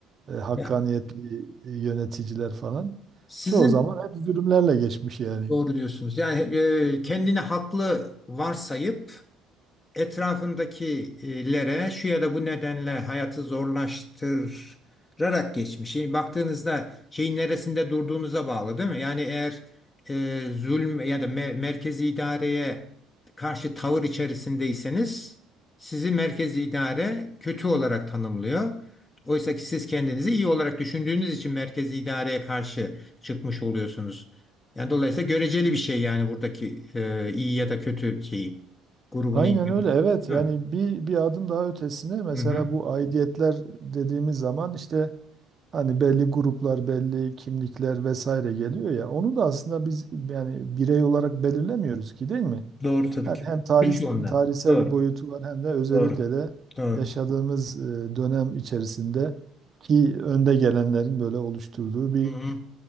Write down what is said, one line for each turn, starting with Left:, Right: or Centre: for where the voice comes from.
Right: e, hakkaniyetli
Left: Ya,
Right: e, yöneticiler falan.
Left: sizin
Right: Çoğu zaman hep zulümlerle geçmiş yani.
Left: doğru diyorsunuz. Yani e, kendini haklı varsayıp etrafındakilere şu ya da bu nedenle hayatı zorlaştırarak geçmiş. Şimdi baktığınızda şeyin neresinde durduğunuza bağlı değil mi? Yani eğer e, zulm ya da me- merkezi idareye karşı tavır içerisindeyseniz sizi merkezi idare kötü olarak tanımlıyor. Oysa ki siz kendinizi iyi olarak düşündüğünüz için merkezi idareye karşı çıkmış oluyorsunuz. Yani dolayısıyla göreceli bir şey yani buradaki e, iyi ya da kötü şeyi grubunu
Right: Aynen
Left: iyi.
Right: öyle evet yani
Left: Evet.
Right: bir, bir adım daha ötesine mesela
Left: Hı hı.
Right: bu aidiyetler dediğimiz zaman işte hani belli gruplar belli kimlikler vesaire geliyor ya onu da aslında biz yani birey olarak belirlemiyoruz ki değil mi?
Left: Doğru tabii
Right: Yani
Left: ki.
Right: hem tarih,
Left: Birçoğundan.
Right: tarihsel
Left: Doğru.
Right: bir boyutu var hem de özellikle
Left: Doğru.
Right: de
Left: Doğru.
Right: yaşadığımız e, dönem içerisinde ki önde gelenlerin böyle oluşturduğu bir
Left: Hı hı.